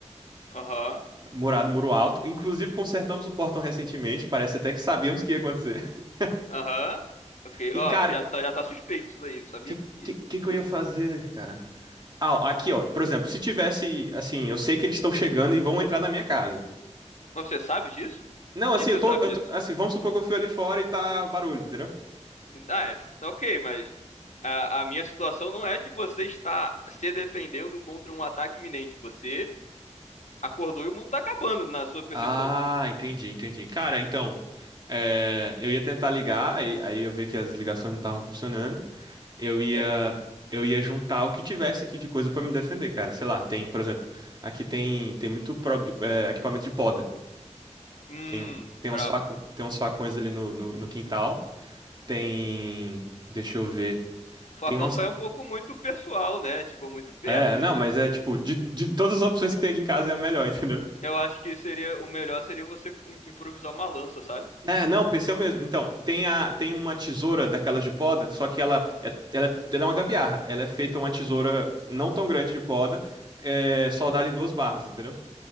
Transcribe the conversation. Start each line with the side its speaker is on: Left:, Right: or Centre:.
Left: Aham.
Right: murado, muro alto. Inclusive consertamos o portão recentemente, parece até que sabíamos que ia acontecer. <laughs>
Left: Aham. Ok.
Right: E
Left: Ó,
Right: cara,
Left: já tá, já tá suspeito isso daí. Não sabia
Right: que
Left: por quê.
Right: que, que que eu ia fazer, cara? Ah, ó, aqui ó, por exemplo, se tivesse assim, eu sei que eles estão chegando e vão entrar na minha casa.
Left: Mas você sabe disso? Por
Right: Não, assim,
Left: que que
Right: eu tô,
Left: você sabe
Right: eu
Left: disso?
Right: tô- Assim, vamos supor que eu fui ali fora e tá barulho, entendeu?
Left: Ah, é, s- ok, mas a, a minha situação não é de você estar se defendendo contra um ataque iminente. Você acordou e o mundo tá acabando, na sua percepção.
Right: Ah, entendi, entendi. Cara, então, é, eu ia tentar ligar, aí, aí eu ver que as ligações não estavam funcionando. Eu ia,
Left: É.
Right: eu ia juntar o que tivesse aqui de coisa pra me defender, cara. Sei lá, tem, por exemplo, aqui tem, tem muito produ- é, equipamento de poda.
Left: Hum,
Right: Tem, tem
Left: brabo.
Right: uns facão, tem uns facões ali no, no, no quintal. Tem, deixa eu ver.
Left: O facão
Right: Tem umas,
Left: só é um pouco muito pessoal, né? Tipo, muito perto.
Right: é, não, mas é tipo, de, de todas as opções que tem aqui em casa é a melhor, <laughs> entendeu?
Left: Eu acho que seria o melhor seria você im- improvisar uma lança, sabe?
Right: É, não, PC mesmo. Então, tem, a, tem uma tesoura daquelas de poda, só que ela é, ela, é ela é uma gambiarra. Ela é feita uma tesoura não tão grande de poda, é, soldada em duas barras, entendeu?